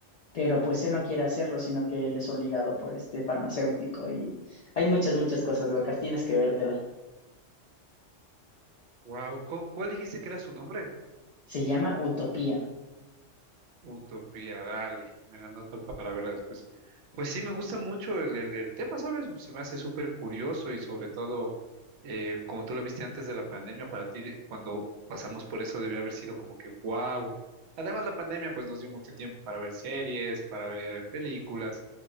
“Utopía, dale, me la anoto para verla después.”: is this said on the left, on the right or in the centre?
Right